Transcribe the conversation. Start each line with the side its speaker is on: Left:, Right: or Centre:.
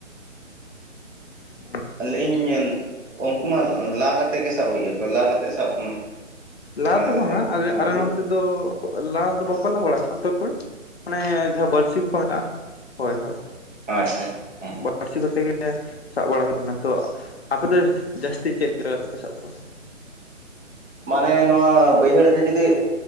Left: <unintelligible>
Right: ᱞᱟᱭ ᱤᱧ ᱩᱱᱠᱩ ᱢᱟ ᱞᱟ ᱠᱟᱛᱮ ᱜᱮ ᱥᱟᱵ ᱦᱩᱭᱩᱜᱼᱟ ᱛᱚ ᱞᱟ ᱠᱟᱛᱮ ᱥᱟᱵ ᱩᱢ
Left: ᱞᱟ
Right: <unintelligible> ᱟᱨ
Left: ᱫᱚ ᱵᱟᱝᱟ ᱟᱞᱮ ᱟᱞᱮ
Right: <inaudible> ᱵᱷᱩᱜᱟᱹᱜ
Left: ᱱᱚᱱᱛᱮ ᱫᱚ ᱞᱟ ᱫᱚ ᱵᱟᱠᱚ ᱞᱟ ᱵᱟᱲᱟ <unintelligible> ᱛᱚᱵᱮ? ᱢᱟᱱᱮ ᱡᱟᱦᱟᱸ ᱵᱟᱹᱲᱥᱤ ᱠᱚᱠᱚ ᱢᱮᱛᱟᱜᱼᱟ <unintelligible> ᱦᱚᱭ ᱦᱚᱭ
Right: ᱟᱪᱪᱷᱟ <unintelligible> ᱦᱮᱸ
Left: ᱵᱟᱹᱲᱥᱤ ᱠᱚᱛᱮ ᱜᱮ <unintelligible> ᱥᱟᱵ ᱵᱟᱲᱟ ᱦᱩᱭᱩ ᱠᱟᱱᱟ᱾ ᱛᱚ <unintelligible> ᱟᱯᱮ ᱫᱚ ᱡᱟᱹᱥᱛᱤ ᱪᱮᱫ ᱛᱮᱯᱮ ᱥᱟᱵ ᱠᱚᱣᱟ?
Right: ᱢᱟᱱᱮ ᱱᱚᱣᱟ ᱵᱟᱹᱭᱦᱟᱹᱲ ᱨᱮ ᱡᱩᱫᱤ